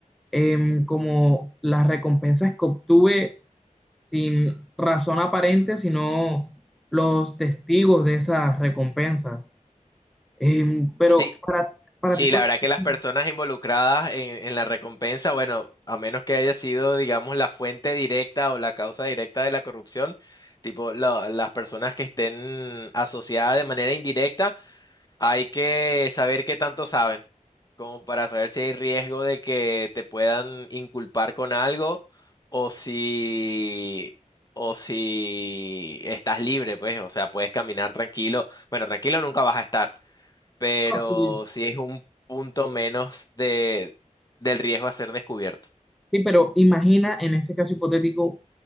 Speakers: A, in the centre; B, on the left.
A: em, como las recompensas que obtuve sin razón aparente, sino los testigos de esas recompensas. Eh, pero
B: Sí,
A: para, para
B: Sí,
A: ti, ¿cuál
B: la verdad que
A: es
B: las
A: el
B: personas involucradas en, en la recompensa, bueno, a menos que haya sido, digamos, la fuente directa o la causa directa de la corrupción, tipo la- las personas que estén asociadas de manera indirecta, hay que saber qué tanto saben, como para saber si hay riesgo de que te puedan inculpar con algo o si, o si estás libre, pues, o sea, puedes caminar tranquilo. Bueno, tranquilo nunca vas a estar pero
A: costo? sí,
B: sí es un punto menos de, del riesgo a ser descubierto.
A: sí, pero imagina en este caso hipotético